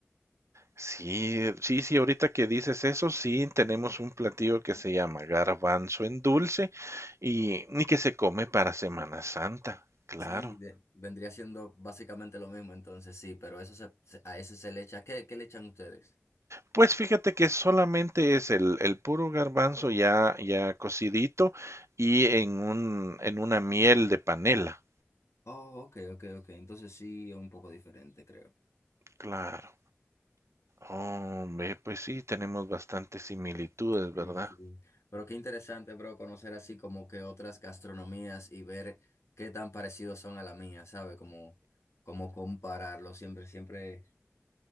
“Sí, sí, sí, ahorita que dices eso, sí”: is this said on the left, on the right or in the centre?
Right